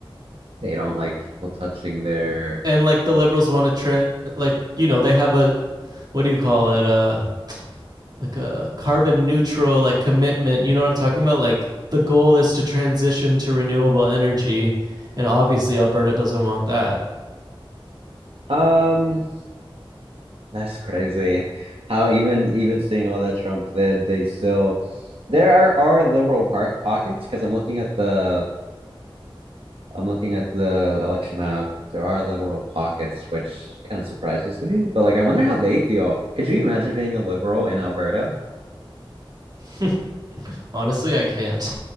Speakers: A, on the right; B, on the right.
A: they don't like people touching their
B: And like the liberals want to trend, like you know they have a what do you call it? Uh, like a carbon neutral like commitment you know what i'm talking about like the goal is to transition to renewable energy and obviously alberta doesn't want that
A: Um, that's crazy. How even even seeing all that Trump did, they still there are are liberal park pockets because I'm looking at the I'm looking at the election map. There are liberal pockets, which kind of surprises me. But like, I wonder how they feel. Could you imagine being a liberal in Alberta?
B: <laughs> honestly i can't